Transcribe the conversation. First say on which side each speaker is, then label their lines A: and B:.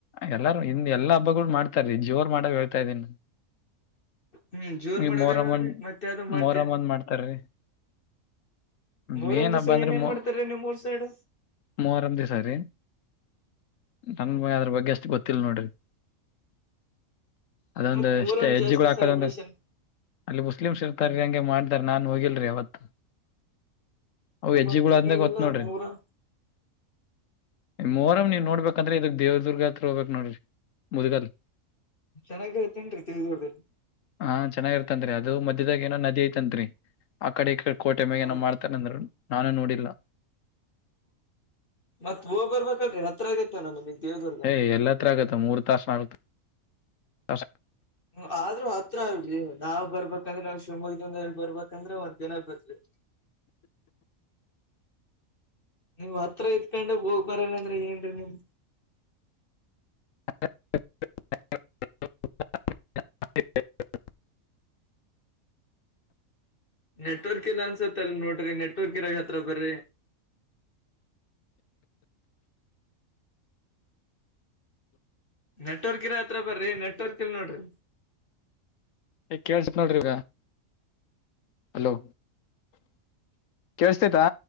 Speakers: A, on the left (about 70°); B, on the left (about 40°).
A: ಎಲ್ಲಾರು ಇಂದ ಎಲ್ಲಾ ಹಬ್ಬಗಳು ಮಾಡ್ತಾರಿ ಜೋರ್ ಮಾಡವ್ ಹೇಳ್ತಾ ಇದ್ದೀನಿ. ನಾ
B: ಹ್ಮ್ ಜೋರ್
A: ನೀ
B: ಮಾಡವ್ರಿ
A: ಮೊರಮ್ಮ ಒನ್,
B: ಮತ್ತೆ ಅದು ಮಾಡ್ತೇ
A: ಮೊರಮ್ಮ ಒಂದ ಮಾಡ್ತಾರೀ.
B: ಮೊಹರಂ
A: ಮೇನ್
B: ದಿವಸ
A: ಹಬ್ಬ ಅಂದ್ರೆ
B: ಏನೇನ್
A: ಮೊ
B: ಮಾಡ್ತಾರಿ ನಿಮ್ಮೂರ ಸೈಡ್
A: ಮೊಹರಂ ದಿವ್ಸ ರೀ ನಗ್
B: ಹ್ಮ
A: ಅದ್ರ ಬಗ್ಗೆ ಅಷ್ಟ ಗೊತ್ತಿಲ್ಲ ನೋಡ್ರಿ ಅದೊಂದು
B: ಮತ್ ಮೂರಂ
A: ಎಷ್ಟೇ ಹೆಜ್ಜಿಗಳು
B: ಜಾಸ್ತಿ
A: ಹಾಕದ
B: ಸೆಲೆಬ್ರೇಷನ್
A: ಒಂದು ಅಲ್ಲಿ ಮುಸ್ಲಿಮ್ಸ್ ಇರ್ತಾರೀ ಹಂಗೆ ಮಾಡ್ದಾರ್ ನಾನ್ ಹೋಗಿಲ್ರಿ ಯಾವತ್ತು. ಅವ ಹೆಜ್ಜಿಗೊಳ್
B: ಮತ್ ಈ
A: ಒಂದೆ
B: ಕಡೆ
A: ಗೊತ್
B: ಎಲ್ಲಾ
A: ನೋಡ್ರಿ
B: ಮೂರ ಹ್ಮ್
A: ಮೊಹರಂ ನೀವ ನೋಡ್ಬೇಕ ಅಂದರೆ ಇದಕ್ ದೇವದುರ್ಗ ಹತ್ರ ಹೋಗಬೇಕ್ ನೋಡ್ರಿ ಮುದಗಲ್
B: ಚೆನ್ನಾಗಿರುತ್ತೇನ್ರರಿ ತಿಳಿದಿಲ್ರಿ
A: ಹಾ, ಚೆನ್ನಾಗಿ ಇರ್ತನ್ರಿ ಅದು ಮಧ್ಯದಾಗ ಏನೋ ನದಿ ಐತಂತ್ರಿ ಆಕಡೆ ಈಕಡೆ ಕೋಟೆ ಮ್ಯಾಗ
B: ಹ್ಮ್
A: ಏನೋ ಮಾಡ್ತ <unintelligible> ನಾನು ನೋಡಿಲ್ಲ.
B: ಮತ್ ಹೋಗ್ ಬರ್ಬೇಕಲ್ರಿ ಹತ್ರಾಗ ನಮಗೆ ದೇವದರು <unintelligible>
A: ಏಯ್ ಎಲ್ಲಿಹತ್ರ ಆಗತ್ತ ಮೂರ್ ತಾಸ ನ
B: ಹ್ಮ್, ಆದ್ರೂ ಹತ್ರ ಅಲ್ರಿ ನಾವ್ ಬರ್ಬೇಕಂದ್ರೆ ನಾವ್ ಶಿವಮೊಗ್ಗ ದಿಂದ ಬರ್ಬೇಕಂದ್ರೆ ಒಂದ್ ದಿನ ಬೆಕ್ರಿ. ನೀವ್ ಹತ್ರ ಇದ್ಕೋಂಡ ಹೋಗ್ ಬರಲ್ಲ ಅಂದ್ರ ಏನ್ರೀ ನಿಮ್
A: <inaudible>
B: ನೆಟ್ವರ್ಕ್ ಇಲ್ಲ ಅನ್ಸತ್ತೆ ಅಲ್ ನೋಡ್ರಿ ನೆಟ್ವರ್ಕ್ ಇರಾಗ ಹತ್ರ ಬರ್ರಿ. ನೆಟ್ವರ್ಕ್ ಇರ ಹತ್ರ ಬರ್ರಿ ನೆಟ್ವರ್ಕ್ ಇಲ್ ನೋಡ್ರಿ
A: ಏ ಕೇಳ್ಸತ ನೋಡರಿ ಇವಾಗ. ಹಲೋ ಕೇಳಸ್ತೈತಾ